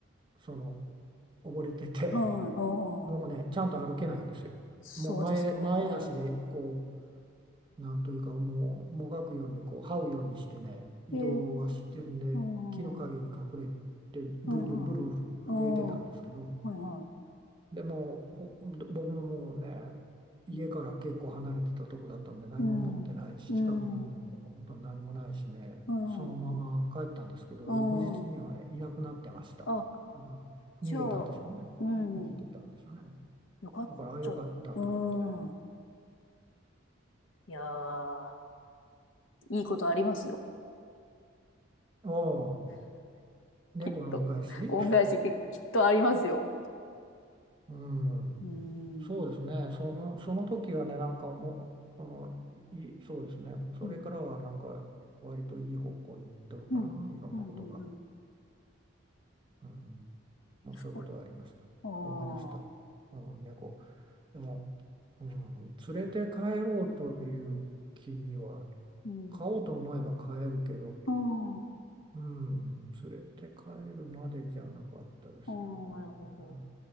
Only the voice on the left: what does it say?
はい。ああ。
そうですよね。
うん。
ええ。うん。は
いはい。ああ。はいは
い。うん。うん。うんはいはい。うん。あ、
じゃあ、
うん。よかった。
うん。いやー、いいことありますよ。
きっと。恩返しききっとありますよ。
うん。
うん。
うん。
うん。
うん。うん。うん
すごい。ああ。
うん。
うん。あ
あ、なるほど。